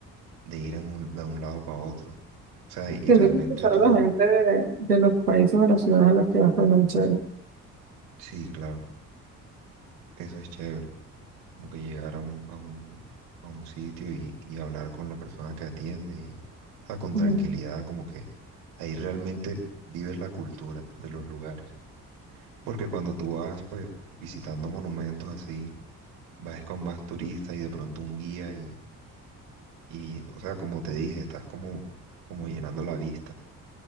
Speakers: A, on the right; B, on the right.
A: de ir en un- de un lado para otro. O sea, y, y
B: Siento
A: realmente
B: que escuchar
A: tú,
B: a la gente de, de los países o las ciudades a las que vas también es chévere.
A: sí, claro, eso es chévere, como que llegar a un, a un, a un sitio y, y hablar con la persona que atiende y, o sea, con
B: Ujú.
A: tranquilidad, como que ahí realmente vives la cultura de los lugares. Porque cuando tú vas, pues, visitando monumentos así, vas con más turistas y de pronto un guía y, y, o sea, como te dije, estás como, como llenando la vista.